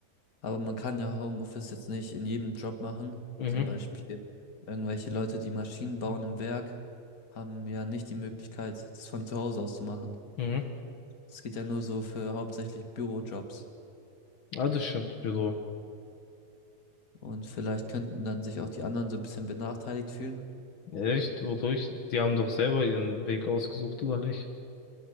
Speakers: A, on the left; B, on the left.
A: Aber man kann ja Homeoffice jetzt nicht in jedem Job machen.
B: Mhm,
A: Zum Beispiel irgendwelche Leute, die Maschinen bauen im Werk, haben ja nicht die Möglichkeit, das von zu Hause aus zu machen.
B: mhm.
A: Das geht ja nur so für hauptsächlich Bürojobs.
B: Ja, das stimmt, Büro.
A: Mhm. Und vielleicht könnten dann sich auch die anderen so ein bisschen benachteiligt fühlen.
B: Echt? Wodurch? Die haben doch selber ihren Weg ausgesucht, oder nicht?